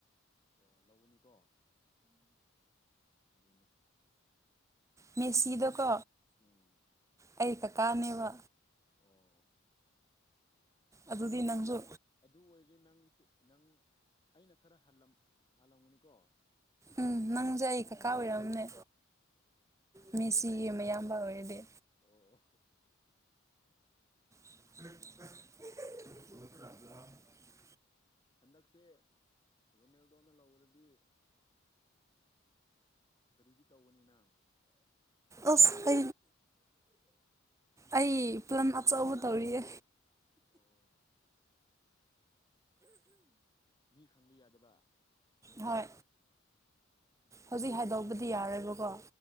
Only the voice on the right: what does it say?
ꯃꯦꯁꯤꯗ ꯀꯣ
ꯑꯩ ꯀꯀꯥꯅꯦꯕ
ꯑꯗꯨꯗꯤ ꯅꯪꯁꯨ
ꯎꯝ ꯅꯪꯁꯦ ꯑꯩ ꯀꯀꯥ ꯑꯣꯏꯔꯝꯅꯤ
ꯃꯤꯁꯤꯒꯤ
ꯑꯌꯥꯝꯕ ꯑꯣꯏꯔꯗꯤ
<unintelligible>
ꯑꯁ ꯑꯩ ꯄꯂꯝ ꯑꯆꯧꯕ ꯇꯧꯔꯤꯌꯦ
ꯍꯣꯏ
ꯍꯧꯖꯤꯛ
ꯍꯥꯏꯗꯣꯛꯄꯗꯤ ꯌꯥꯔꯣꯏꯕꯀꯣ